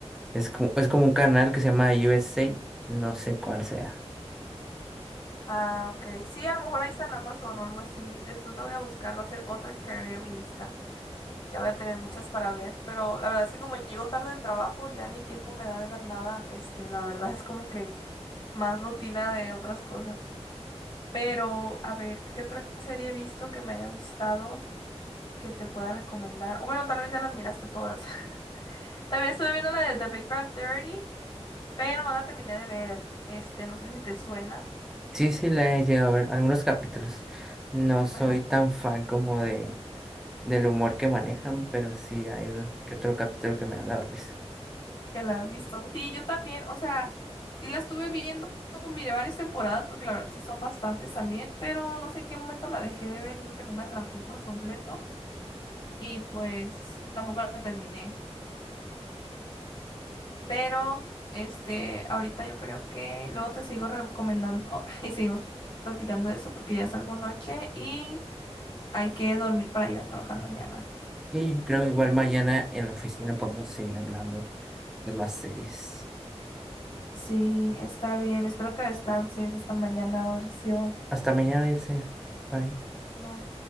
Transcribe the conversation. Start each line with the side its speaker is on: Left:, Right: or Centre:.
Centre: Es como, es como un canal que se llama USA, no sé cuál sea.
Left: ah, ok. Sí, a lo mejor ahí está en Amazon o algo así. Después la voy a buscar. Va a ser otra que agregue a mi lista. Ya voy a tener muchas para ver. Pero la verdad es que como llego tarde del trabajo, ya ni tiempo me da de ver nada. Este, la verdad es como que más rutina de otras cosas. Pero, a ver, ¿qué otra serie he visto que me haya gustado que te pueda recomendar? O bueno, tal vez ya las miraste todas. <laughs> También estuve viendo la de The Big Bang Theory, pero no la terminé de ver. Este, no sé si te suena.
Centre: Sí, sí, la he llegado a ver algunos capítulos. No soy
Left: Ajá.
Centre: tan fan como de del humor que manejan, pero sí hay un que otro capítulo que me ha dado risa.
Left: ¿Que la has visto? Sí, yo también. O sea, sí la estuve viendo, miré varias temporadas, porque la verdad sí son bastantes también, pero no sé en qué momento la dejé de ver. Yo creo que no me atrapó por completo. Y pues tampoco la terminé. Pero, este, ahorita yo creo que luego te sigo recomendando <laughs> y seguimos platicando de eso porque ya salgo noche y hay que dormir para ir a trabajar mañana.
Centre: Y yo creo igual mañana en la oficina podemos seguir hablando de las series.
Left: Sí, está bien. Espero que descanses. Hasta mañana, Mauricio.
Centre: Hasta mañana, Ilse. Bye.
Left: Bye.